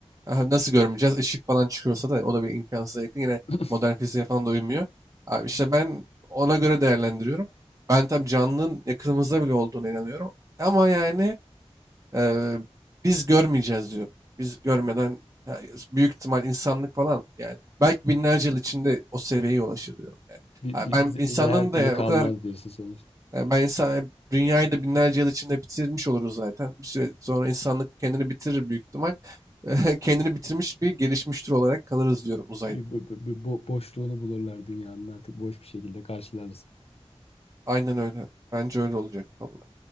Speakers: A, on the right; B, on the left.
A: Aha, Nasıl görmeyeceğiz? Işık falan çıkıyorsa da o da bir imkansıza yakın. Yine
B: <laughs>
A: modern fiziğe falan da uymuyor. Abi işte ben ona göre değerlendiriyorum. Ben tabii canlının yakınımızda bile olduğuna inanıyorum. Ama yani Eee, biz görmeyeceğiz diyorum. Biz görmeden ha, büyük ihtimal insanlık falan yani. Belki binlerce yıl içinde o seviyeye ulaşır diyorum yani.
B: Bi-
A: Ha,
B: bi-
A: ben
B: bize,
A: insanlığın
B: bize her türlü
A: da yani
B: kalmaz
A: o kadar
B: diyorsun sonuçta.
A: yani ben insan e, dünyayı da binlerce yıl içinde bitirmiş oluruz zaten. Bir süre sonra insanlık kendini bitirir büyük ihtimal. <laughs> Kendini bitirmiş bir gelişmiş tür olarak kalırız diyorum uzayda.
B: Bir, bir, bir- bir bo- boşluğunu bulurlar dünyanın artık boş bir şekilde karşılarız.
A: Aynen öyle. Bence öyle olacak. Vallahi.